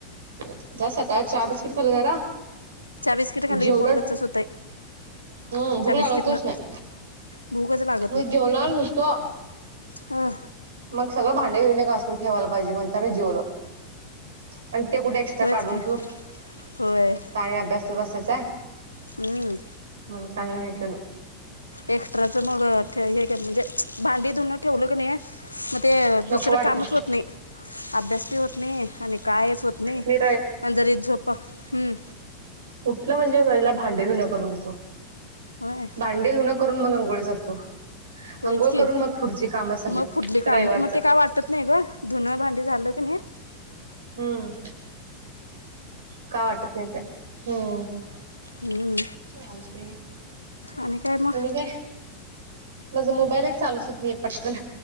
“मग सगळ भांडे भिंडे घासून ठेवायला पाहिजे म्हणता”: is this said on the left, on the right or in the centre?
Right